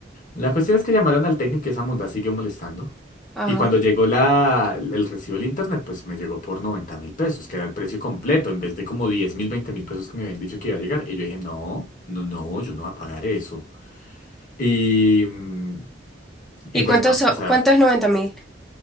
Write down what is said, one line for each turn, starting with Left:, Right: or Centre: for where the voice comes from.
Left: La cuestión es que llamaron al técnico y esa monda siguió molestando.
Centre: Ajá.
Left: Y cuando llegó la, el recibo del internet, pues me llegó por noventa mil pesos, que era el precio completo, en vez de como diez mil, veinte mil pesos que me habían dicho que iba a llegar. Y yo dije, no, no, no, yo no voy a pagar eso. Y, mm,
Centre: ¿Y
Left: y pues
Centre: cuántos
Left: no,
Centre: so-
Left: o sea,
Centre: cuánto es noventa mil?